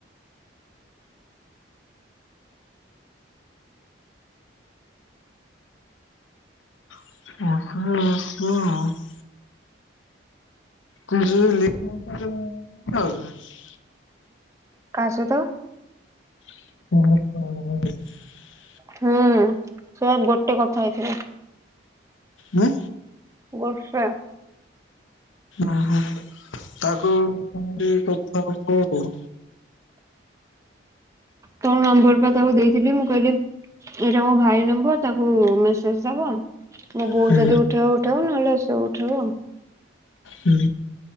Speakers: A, on the left; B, on the right.
A: <unintelligible> ତିରିଶ ଯାଏଁ <unintelligible>
B: କାହା ସହିତ?
A: <unintelligible>
B: ହୁଁ ସେ ଆଉ ଗୋଟେ କଥା ହେଇଥିଲା।
A: ହୁଁ।
B: ଗୋଟେ
A: ଓହୋ ତାକୁ ଏମତି କଥା ହବ ଆଉ।
B: ତୋ ନମ୍ବର ପା ତାକୁ ଦେଇଥିଲି ମୁଁ କହିଲି ଏଇଟା ମୋ ଭାଇ ନମ୍ବର ତାକୁ ମେସେଜ ଦବ। ମୋ ବୋଉ
A: ହୁଁ
B: ଯଦି ଉଠେଇବ ଉଠେଇବ, ନହେଲେ ସେ ଉଠେଇବ ଆଉ।
A: ହୁଁ